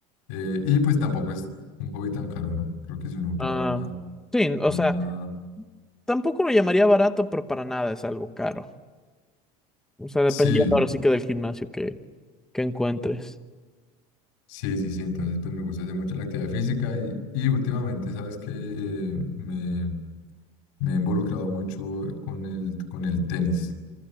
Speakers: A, on the left (about 85°); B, in the centre.
A: Eh, y pues tampoco es un hobby tan caro, ¿no? Creo que si uno paga
B: Ah,
A: una,
B: sí, o
A: una...
B: sea, tampoco lo llamaría barato, pero para nada es algo caro. O sea, dependiendo
A: Sí,
B: ahora sí que del gimnasio que, que encuentres.
A: sí, sí, sí, entonces pues me gusta hacer mucho la actividad física y, y últimamente sabes que eh, me, me he involucrado mucho con el, con el tenis.